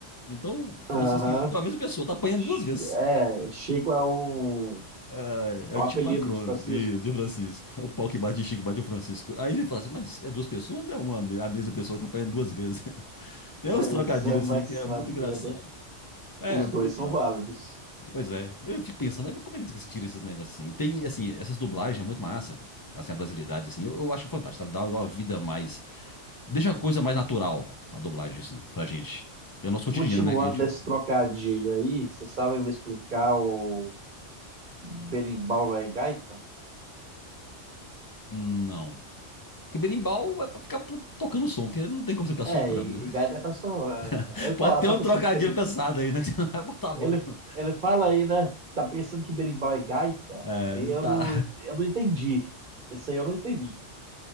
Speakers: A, on the left (about 30°); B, on the right (about 45°).
A: Então, Francisco
B: não. Aham.
A: e Chico é a mesma pessoa, tá apanhando
B: Ch-
A: duas vezes.
B: É, Chico é um,
A: É,
B: é
A: é
B: um
A: tipo
B: apelido
A: um acrônimo,
B: de Francisco.
A: isso,
B: <laughs>
A: de Francisco. É o pau que bate em Chico, bate em Francisco. Aí você fala assim, mas é duas pessoas? É uma, a mesma pessoa que tá apanhando duas vezes. Tem
B: Pois
A: uns trocadilhos
B: é, mas
A: assim que era
B: sabia,
A: muito engraçado.
B: né?
A: É,
B: Os
A: muito
B: dois são
A: massa.
B: válidos.
A: Pois é. Eu fico pensando, mas como é que se tira esses negócios assim? E tem, assim, essas dublagens é muito massa. Assim, a brasilidade, assim, eu, eu acho fantástico. tá? Dá uma vida mais. Deixa uma coisa mais natural a dublagem, assim, pra gente. É o nosso cotidiano,
B: Continuando
A: né? Que a gente.
B: nesse trocadilho aí, você sabe me explicar o. Berimbau não é gaita?
A: Hum, Não. Porque berimbau é pra ficar tocando som, que não tem como você ficar
B: É,
A: soprando,
B: e,
A: né?
B: e gaita é pessoa.
A: <laughs>
B: é, Ele
A: Pode
B: fala,
A: ter
B: tá
A: um
B: pensando
A: trocadilho
B: que berim,
A: pesado aí, né? <laughs> Que você não vai botar a
B: ele,
A: boca, não.
B: ele fala aí, né? Tá pensando que berimbau é gaita?
A: É,
B: Aí eu
A: tá.
B: não, eu não entendi. Esse aí eu não entendi.